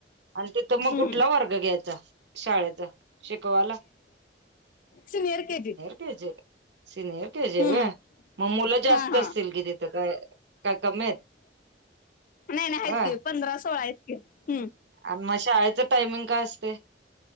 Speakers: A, on the right; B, on the left.
A: आणि तिथं मग
B: हम्म
A: कुठला वर्ग घ्यायचा शाळेचा, शिकवायला.
B: Senior K G.
A: ते जे, सीनर के जी
B: हम्म
A: वय. मग मुलं जास्त
B: हा हा
A: असतील कि तिथं काय काय कमी आहेत.
B: नाही नाही आहेतकी
A: होय
B: पंधरा सोळा आहेतकी हम्म.
A: आणि मग शाळेचं टायमिंग काय असत.